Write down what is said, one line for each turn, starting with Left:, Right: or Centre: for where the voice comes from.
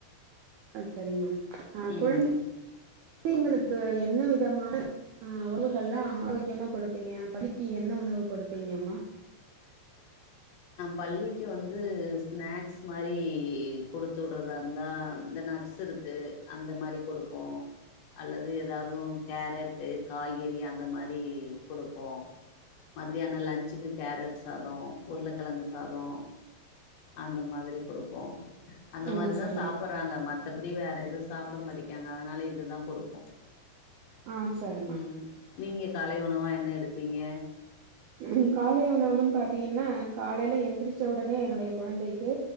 Right: ஆ சரிங்க மேம் ஆஹ்
Left: ம்
Right: கொழுந்தைங்க என்ன விதமான ஆஹ் உணவுகளெல்லாம் ஆரோக்கியமா குடுப்பீங்க இப்பதிக்கு என்ன உணவு கொடுப்பீங்கம்மா
Left: பள்ளிக்கு வந்து சிநாக்ஸ் மாரி குடுத்துர்ரதா இருந்தால் இந்த நட்ஸ் இருக்குது அந்த மாதிரி குடுப்போம் அல்லது எதாவது கேரட்டு காய்கறி அந்த மாதிரி குடுப்போம் மத்தியானம் லன்ச்சுக்கு கேரட் சாதம் உருளைக்கிழங்கு சாதம் அந்த மாதிரி குடுப்போம் அந்த
Right: ஆ
Left: மாரிதான்
Right: சரிம்மா
Left: சாப்பிடுறாங்க மத்தபடி வேற எதுவும் சாப்பிட மாட்டிக்காங்க அதனால இது தான் குடுப்போம்
Right: ஆ சரிம்மா
Left: ம் நீங்க காலை உணவா என்ன எடுப்பீங்க
Right: உ காலை உணவுன்னு பாத்தீங்கன்னா காலைல எந்திரிச்ச உடனே என்னுடைய கொழந்தைக்கு